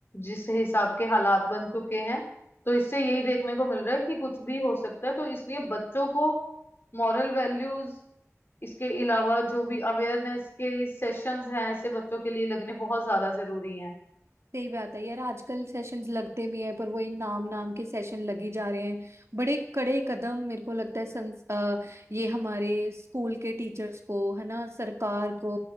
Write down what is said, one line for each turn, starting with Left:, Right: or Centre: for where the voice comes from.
Left: जिस हिसाब के हालात बन चुके हैं तो इससे यही देखने को मिल रहा है कि कुछ भी हो सकता है तो इसलिए बच्चों को मॉरल वैल्यूज इसके अलावा जो भी अवेयरनेस के सेशंस हैं ऐसे बच्चों के लिए लगने बहुत ज्यादा जरूरी हैं
Right: सही बात है यार आजकल सेशंस लगते भी हैं पर वही नाम नाम के सेशन लगी जा रहे हैं बड़े कड़े कदम मेरे को लगता है संस, अ, ये हमारे स्कूल के टीचर्स को है ना सरकार को